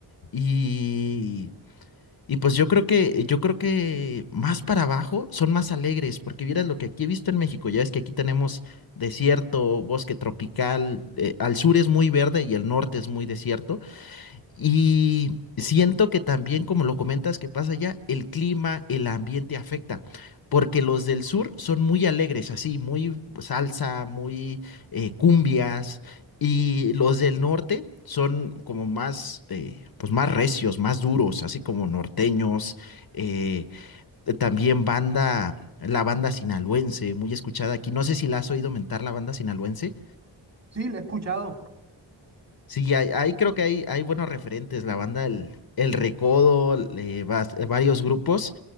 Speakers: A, on the left; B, on the right.
A: y... Y pues yo creo que, yo creo que más para abajo son más alegres, porque vieras lo que aquí he visto en México, ya ves que aquí tenemos desierto, bosque tropical, eh, al sur es muy verde y el norte es muy desierto, y siento que también, como lo comentas, que pasa allá, el clima, el ambiente afecta, porque los del sur son muy alegres, así, muy salsa, muy eh, cumbias, y los del norte son como más, eh, pues más recios, más duros, así como norteños, eh, también banda, la banda sinaloense, muy escuchada aquí. No sé si la has oído mentar, la banda sinaloense.
B: Sí, lo he escuchado.
A: Sí, ahí ahí creo que hay, hay buenos referentes, la banda El, El Recodo, eh, va- varios grupos